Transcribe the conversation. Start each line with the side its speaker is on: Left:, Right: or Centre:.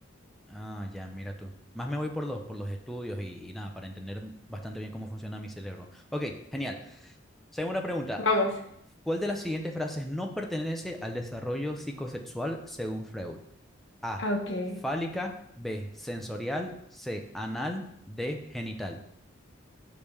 Centre: Ah, ya, mira tú. Más me voy por los, por los estudios y, y nada, para entender bastante bien cómo funciona mi cerebro. Ok, genial. Segunda pregunta.
Left: Vamos.
Centre: ¿Cuál de las siguientes frases no pertenece al desarrollo psicosexual según Freud? A.
Left: Ah, Ok.
Centre: Fálica. B. Sensorial. C. Anal. D. Genital.